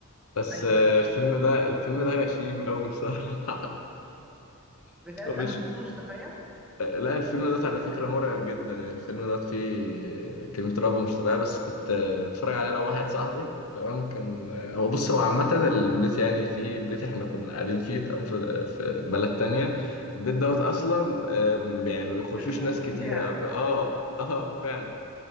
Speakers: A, on the left (about 75°); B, in the centre.
A: بس
B: أيوه
A: آه،
B: أيوه عارفاه
A: الفيلم ده الفيلم ده غشيم قوي بصراحة <laughs>
B: بجد
A: مش
B: أنا ما شفتوش تخيل
A: لا الفيلم ده على فكرة مرعب جدا يعني الفيلم ده فيه كمية رعب مش طبيعية بس كنت آه، متفرج عليه لو واحد صاحبي تمام كان آه، هو بص هو عامة البيت يعني في بيت احنا كنا قاعدين فيه تمام في في بلد تانية البيت دوت أصلا آم، يعني ما بيخشوش
B: شكله
A: ناس كتيرة
B: يرعب
A: أو
B: إن
A: ك- اه اه فعلا